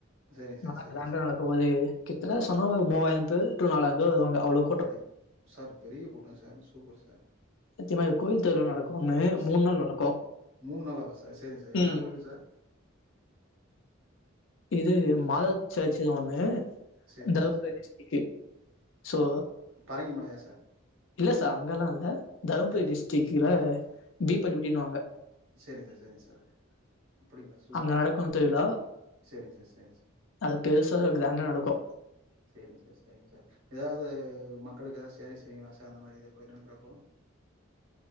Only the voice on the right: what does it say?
சரிங்க சார்
சரிங்க
சார்
அடே சார் பெரிய கூட்டோ சார் சூப்பர் சார்
அப்
சே
மூணு நாளவா சார் சேரிங்க சார் என்ன
கோயிலுங் சர்
சரிங்க
சார் சரி
பரங்கி மலையா சர்
சார்
சேரிங் சர் சேரிங்க சர் அப்டிங்ளா ச
சேரிங்க சர் சேரிங்க சர்
சேரிங்க சர் சேரிங்க சார் ஏதாவது மக்களுக்கு ஏதாவது சேவை செய்விங்களா சர் அந்த மாரி ஏதா கோயி நடக்கிறப்போ